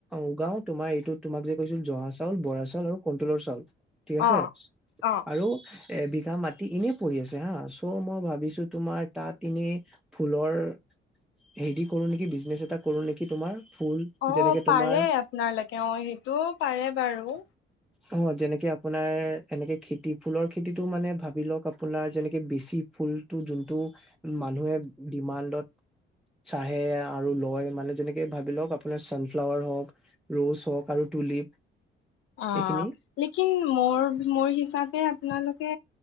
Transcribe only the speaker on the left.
অ অ
অ',
পাৰে
আপোনালোকে অ', সেইটোও পাৰে বাৰু।
অ'।
লেকিন মোৰ, মোৰ হিচাপে আপোনালোকে